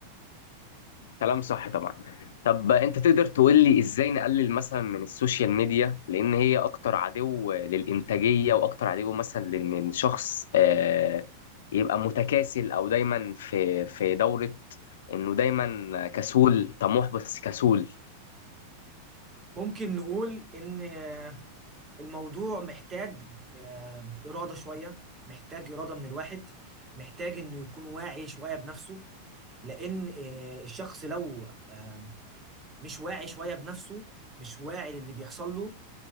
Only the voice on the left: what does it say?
كلام صح طبعا طب انت تقدر تقول لي ازاي نقلل مثلا من السوشيال ميديا لان هي اكتر عدو للانتاجيه واكتر عدو مثلا لان الشخص آه، يبقى متكاسل او دايما في في دوره انه دايما كسول طموح بس كسول